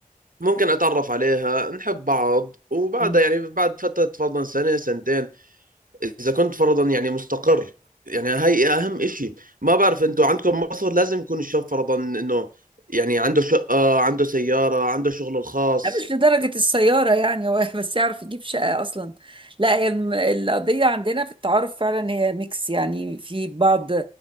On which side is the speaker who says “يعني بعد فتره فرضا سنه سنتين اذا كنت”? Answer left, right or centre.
Right